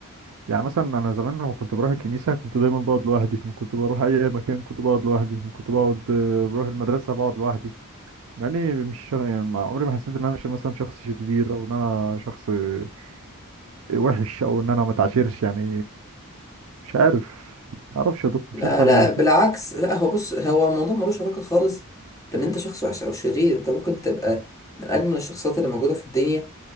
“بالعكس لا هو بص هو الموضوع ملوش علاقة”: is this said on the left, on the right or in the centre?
Left